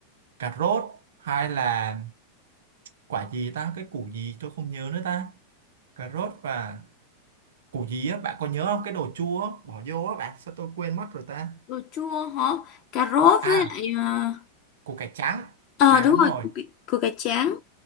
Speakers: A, on the right; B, on the left.
A: cà rốt hay là quả gì ta cái củ gì tôi không nhớ nữa ta cà rốt và củ gì á bạn có nhớ không cái đồ chua á, bỏ vô á bạn sao tôi quên mất rồi ta
B: Đồ chua hả? Cà rốt
A: à
B: với lại ờ
A: củ cải trắng
B: ờ,
A: à
B: đúng
A: đúng
B: rồi,
A: rồi
B: củ, cải- củ cải trắng.